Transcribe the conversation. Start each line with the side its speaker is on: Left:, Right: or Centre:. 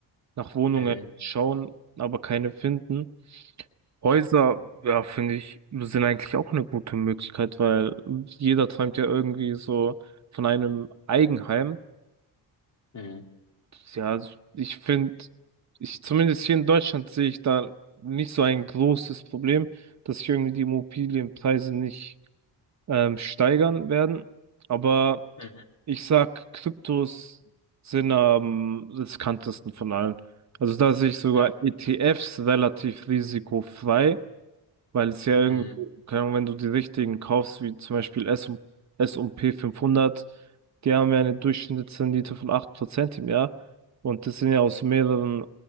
Right: nach Wohnungen
Left: Mhm.
Right: schauen, aber keine finden. Häuser,
Left: Ja.
Right: ja, finde ich, sind eigentlich auch eine gute Möglichkeit, weil jeder träumt ja irgendwie so von einem Eigenheim.
Left: Mhm.
Right: Ja, also ich finde, ich zumindest hier in Deutschland sehe ich da nicht so ein großes Problem, dass sich irgendwie die Immobilienpreise nicht ähm, steigern werden. Aber
Left: Mhm.
Right: ich sag, Kryptos sind am riskantesten von allen. Also da sehe ich sogar
Left: Ja.
Right: ETFs relativ risikofrei weil es ja irgendwie,
Left: Mhm.
Right: keine Ahnung, wenn du die richtigen kaufst, wie zum Beispiel S und, S und P 500, die haben ja eine Durchschnittsrendite von 8% im Jahr. Und das sind ja aus mehreren